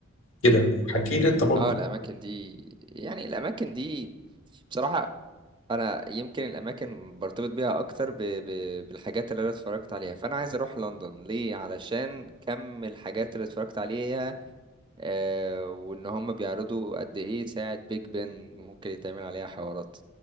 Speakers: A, on the left; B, on the right.
A: كده حكي لي انت برضو
B: اه الاماكن دي يعني الاماكن دي بصراحة انا يمكن الاماكن برتبط بيها اكتر ب... ب... بالحاجات اللي انا اتفرجت عليها فانا عايز اروح لندن ليه علشان كم الحاجات اللي اتفرجت عليها آه وان هم بيعرضوا قد ايه ساعة بيج بن ممكن يتعمل عليها حوارات